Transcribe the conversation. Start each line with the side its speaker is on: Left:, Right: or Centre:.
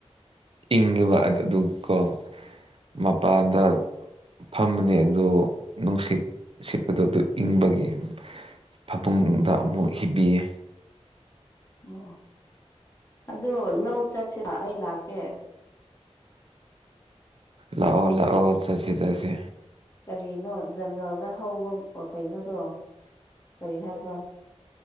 Right: ꯏꯪꯉꯤꯕ
Left: ꯑꯣ
Right: ꯑꯗꯨ ꯀꯣ ꯃꯄꯥꯟꯗ ꯐꯝꯕꯅꯦ ꯑꯗꯣ ꯅꯨꯡꯁꯤꯠ ꯁꯤꯠꯄꯗꯣ ꯑꯗꯨ ꯏꯪꯕꯒꯤ ꯐꯃꯨꯡꯗ ꯑꯃꯨꯛ ꯍꯤꯞꯕꯤꯌꯦ
Left: ꯑꯣ ꯑꯗꯣ ꯂꯧ ꯆꯠꯁꯦ ꯑꯩ ꯂꯥꯛꯀꯦ
Right: ꯂꯥꯛꯑꯣ ꯂꯥꯛꯑꯣ ꯆꯠꯁꯦ ꯆꯠꯁꯦ
Left: ꯀꯔꯤꯅꯣ ꯖꯪꯒꯜꯗ ꯍꯧꯕ ꯀꯩꯅꯣꯗꯣ ꯀꯔꯤ ꯍꯥꯏꯕ꯭ꯔꯥ